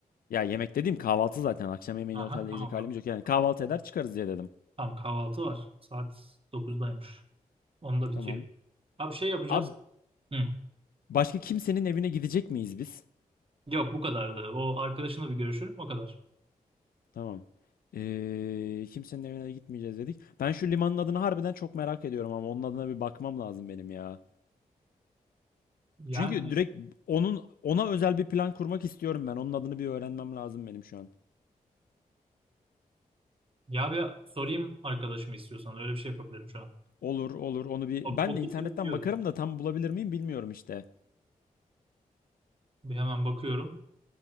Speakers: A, on the left (about 75°); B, on the right (about 35°).
A: Ya yemek dediğim kahvaltı zaten. Akşam yemeğini
B: Aha
A: otelde yiyecek
B: tamam tamam.
A: halimiz yok. Yani kahvaltı
B: Kahvaltı.
A: eder çıkarız diye dedim.
B: Tamam kahvaltı var. Saat dokuzdaymış Onda bitiyor.
A: Tamam.
B: Abi şey yapacağız.
A: Abi
B: Hı.
A: başka kimsenin evine gidecek miyiz biz?
B: Yok bu kadardı. O arkadaşınla bir görüşürüm o kadar.
A: Tamam. Ee, kimsenin evine gitmeyeceğiz dedik. Ben şu limanın adını harbiden çok merak ediyorum ama onun adına bir bakmam lazım benim ya.
B: Yani
A: Çünkü direkt onun ona özel bir plan kurmak istiyorum ben. Onun adını bir öğrenmem lazım benim şu an.
B: ya bir sorayım arkadaşımı istiyorsan öyle bir şey yapabilirim şu an.
A: Olur olur onu bir
B: O,
A: ben
B: o
A: de
B: kesin
A: internetten
B: biliyordu.
A: bakarım da tam bulabilir miyim bilmiyorum işte.
B: Bir hemen bakıyorum.